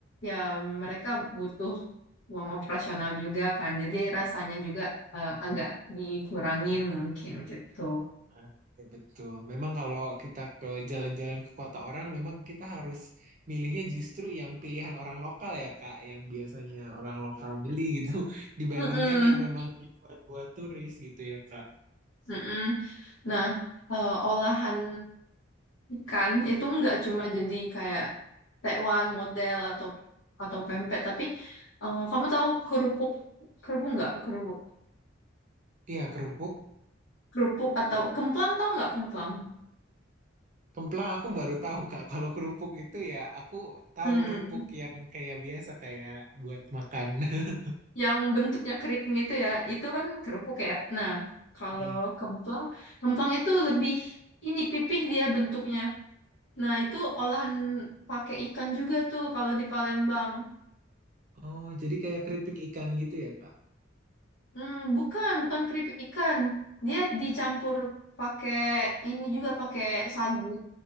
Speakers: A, on the left; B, on the right.
A: ya mereka butuh uang operasional juga kan. Jadi rasanya juga eh, agak dikurangin mungkin gitu.
B: Ah, Ya betul. Memang kalau kita ke jalan-jalan ke kota orang, memang kita harus milihnya justru yang pilihan orang lokal ya Kak, yang biasanya orang lokal beli gitu, <laughs> dibandingkan
A: Mm-mm.
B: yang memang dibuat-buat turis gitu ya Kak.
A: Mm-mm. Nah, eh, olahan ikan itu nggak cuma jadi kayak tekwan model atau atau pempek, tapi eh, kamu tahu kerupuk kerupuk nggak kerupuk
B: Iya, kerupuk.
A: kerupuk atau kemplang tahu nggak kemplang?
B: Kemplang aku baru tahu, Kak. Kalau kerupuk itu ya, aku tahu
A: Hmm,
B: kerupuk yang kayak biasa, kayak buat makan. <laughs>
A: yang bentuknya keriting itu ya, itu kan kerupuk ya. Nah, kalau
B: Ya.
A: kemplang, kemplang itu lebih ini pipih dia bentuknya. Nah, itu olahan pakai ikan juga tuh kalau di Palembang.
B: Oh, jadi kayak keripik ikan gitu ya, Kak?
A: Hmm, bukan, bukan keripik ikan. Dia dicampur pakai ini juga pakai sagu,